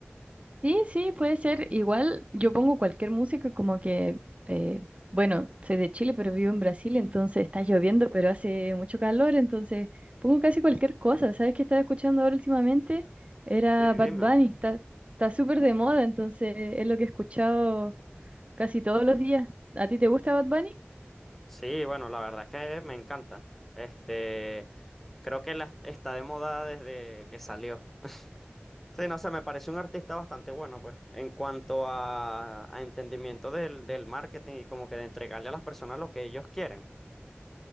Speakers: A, on the right; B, in the centre.
A: Sí, sí, puede ser. Igual yo pongo cualquier música como que, eh, bueno, soy de Chile, pero vivo en Brasil, entonces está lloviendo, pero hace mucho calor, entonces pongo casi cualquier cosa. ¿Sabes qué estaba escuchando ahora últimamente? Era
B: Sí, dime.
A: Bad Bunny, está, está súper de moda, entonces es lo que he escuchado casi todos los días. ¿A ti te gusta Bad Bunny?
B: Sí, bueno, la verdad es que me encanta. Este, creo que la, está de moda desde que salió. Sí, no sé, me parece un artista bastante bueno, pues, en cuanto a, a entendimiento del, del marketing y como que de entregarle a las personas lo que ellos quieren.